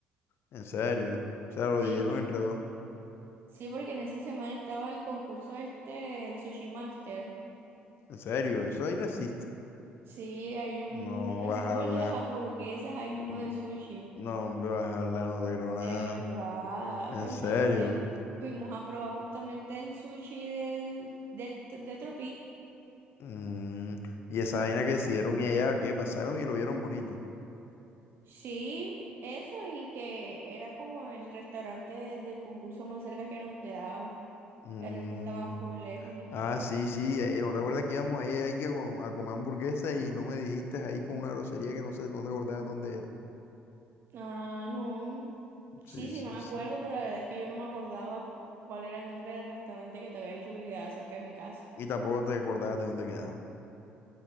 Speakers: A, on the left; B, on the right.
A: En serio. O sea, lo
B: Sí,
A: dividieron
B: por-
A: entre dos.
B: sí, porque en esa semana estaba el concurso este, el Sushi Master.
A: En serio, eso ahí no existe.
B: Sí, hay un,
A: No
B: así
A: vas
B: como
A: a hablar.
B: el de las hamburguesas, hay uno
A: N-
B: de sushi.
A: No, hombre, vas a hablar, no te creo nada.
B: De verdad.
A: En
B: Entonces
A: serio.
B: fuimos a probar justamente el sushi del, del, de Tropic.
A: Mm, y esa vaina que decidieron y allá, qué pasaron y lo vieron bonito.
B: Sí, eso y que era como el restaurante del concurso más cerca que nos quedaba.
A: Mm,
B: El resto estaban full lejos y ajá.
A: ah, sí, sí, eh, ¿no te acuerdas que íbamos ahí, ahí que con- a comer hamburguesa y no me dijiste ahí con una grosería que no sé, no te acordabas dónde era?
B: Ah, no.
A: Sí,
B: Sí, sí
A: sí,
B: me acuerdo,
A: sí.
B: pero la verdad es que yo no me acordaba cu- cuál era el nombre del restaurante que te había dicho que quedaba cerca de mi casa.
A: Y tampoco te acordabas de dónde quedaba.